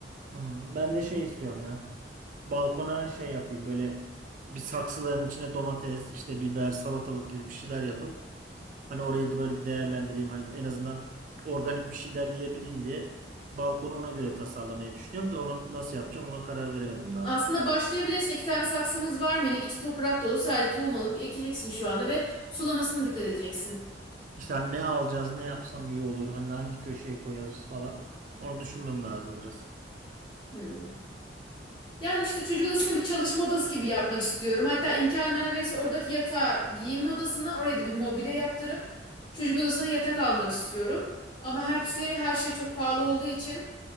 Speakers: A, on the right; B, on the left.
A: Hmm, ben de şey istiyorum ya. Balkona şey yapayım böyle bir saksıların içine domates, işte biber, salatalık gibi bir şeyler yapıp hani orayı da böyle bir değerlendireyim. Hani en azından organik bir şeyler yiyebileyim diye balkonu ona göre tasarlamayı düşünüyorum da onu nasıl yapacağım ona karar veremedim daha.
B: Aslında başlayabilirsin. İki tane saksımız var minik. İçi toprak dolu. Sadece tohum alıp ekeceksin şu anda ve sulamasına dikkat edeceksin.
A: İşte hani ne alacağız, ne yapsam iyi olur, hani hangi köşeye koyarız falan. Onu düşünmem lazım biraz.
B: Hmm. Yani işte çocuk odasını bir çalışma odası gibi yapmak istiyorum. Hatta imkan verirse oradaki yatağı giyinme odasına oraya da bir mobilya yaptırıp çocuk odasına yatak almak istiyorum. Ama hepsi her şey çok pahalı olduğu için